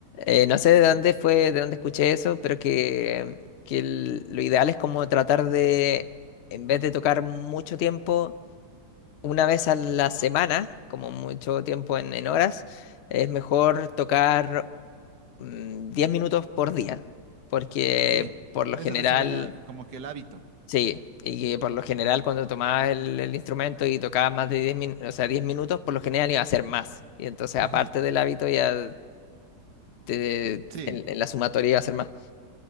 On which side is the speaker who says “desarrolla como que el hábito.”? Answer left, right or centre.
Right